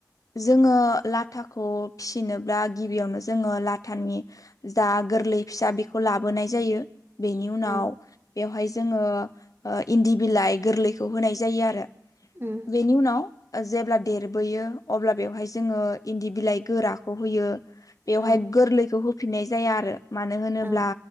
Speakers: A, on the left; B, on the right.
A: जोङो लाथाखौ फिसिनोब्ला गिबियावनो जोङो लाथानि जा गोरलै फिसा बेखौ लाबोनाय जायो बेनि उनाव
B: औ
A: बेवहाय जोङो ओ इन्दि बिलाइ गोरलैखौ होनाय जायो। आरो
B: उम
A: बेनि उनाव ओ जेब्ला देरबोयो अब्ला बेवहाय जोङो इन्दि बिलाइ गोराखौ होयो बेवहाय
B: औ
A: गोरलैखौ होफिननाय जाया आरो मानो होनोब्ला
B: औ